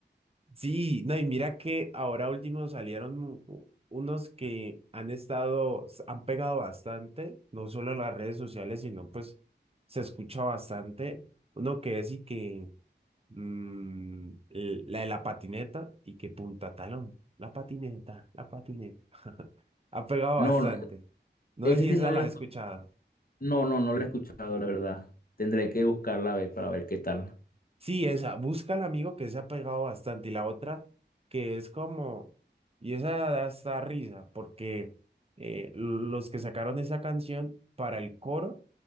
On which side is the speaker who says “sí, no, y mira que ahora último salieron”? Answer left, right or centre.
Right